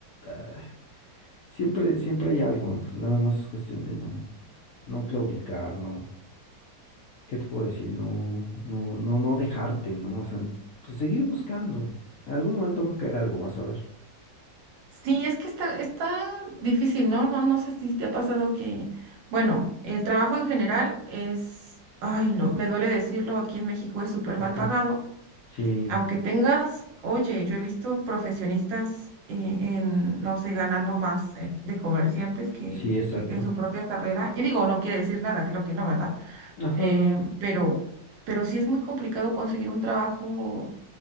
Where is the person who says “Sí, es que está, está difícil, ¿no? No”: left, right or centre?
Right